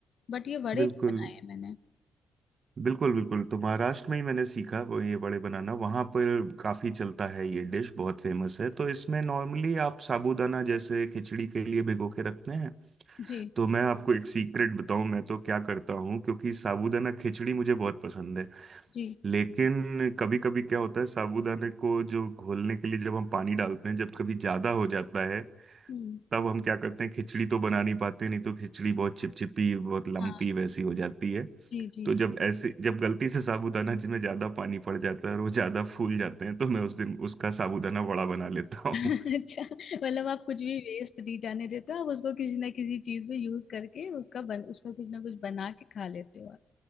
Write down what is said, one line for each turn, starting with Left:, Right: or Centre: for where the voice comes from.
Left: बट ये वड़े
Right: बिल्कुल
Left: नहीं बनाए हैं मैंने
Right: बिल्कुल बिल्कुल तो महाराष्ट्र में ही मैंने सीखा वो ये बड़े बनाना वहाँ पर काफ़ी चलता है ये डिश बहुत फेमस है तो इसमें नॉर्मली आप साबूदाना जैसे खिचड़ी के लिए भिगो के रखते हैं
Left: जी
Right: तो मैं आपको एक सीक्रेट बताऊँ मैं तो क्या करता हूँ क्योंकि साबूदाना खिचड़ी मुझे बहुत पसंद है
Left: जी
Right: लेकिन कभी कभी क्या होता है साबूदाने को जो घोलने के लिए जब हम पानी डालते हैं जब कभी ज़्यादा हो जाता है
Left: हम्म
Right: तब हम क्या करते हैं खिचड़ी तो बना नहीं पाते नहीं तो खिचड़ी बहुत चिपचिपी बहुत लम्पी
Left: हाँ
Right: वैसी हो जाती है
Left: जी जी
Right: तो जब ऐसे जब गलती से साबूदाना जी में ज्यादा पानी पड़ जाता है और वो ज्यादा फूल जाते हैं तो मैं उस दिन उसका साबूदाना वड़ा बना लेता हूँ
Left: <laughs> अच्छा मतलब आप कुछ भी वेस्ट नहीं जाने देते हो आप उसको किसी ना किसी चीज में यूज करके उसका बन उसका कुछ ना कुछ बना के खा लेते हो आप